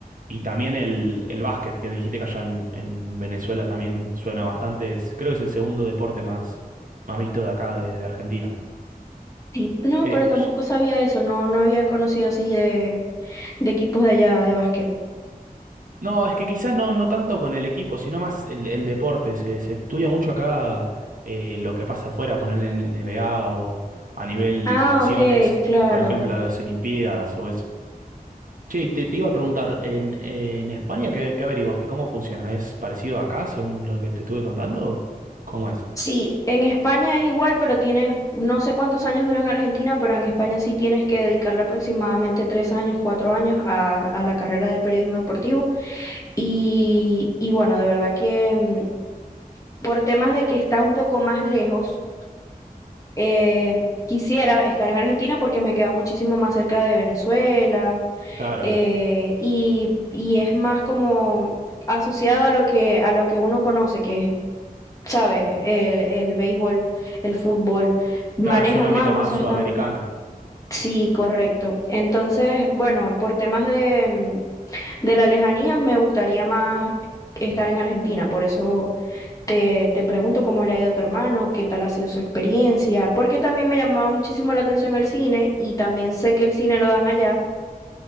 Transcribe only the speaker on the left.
Sí, no,
pero tampoco
sabía eso, no, no había conocido así de, de equipos de allá de básquet.
Ah,
ok, claro.
Sí, en España es igual, pero tienes, no sé cuántos años dura en Argentina, pero en España sí tienes que dedicarle aproximadamente tres años, cuatro años a, a la carrera del periodismo deportivo. Y, y bueno, de verdad que mm, por temas de que está un poco más lejos, eh, quisiera estar en Argentina porque me queda muchísimo más cerca de Venezuela,
eh, y, y es más como asociado a lo que, a lo que uno conoce, que ¿sabes? El, el béisbol, el fútbol, manejan
más,
o sea,
están, sí, correcto. Entonces, bueno, por temas de, mm, de la lejanía, me gustaría más estar en Argentina, por eso te, te pregunto cómo le ha ido a tu hermano, qué tal ha sido su experiencia, porque también me llamaba muchísimo la atención el cine y también sé que el cine lo dan allá,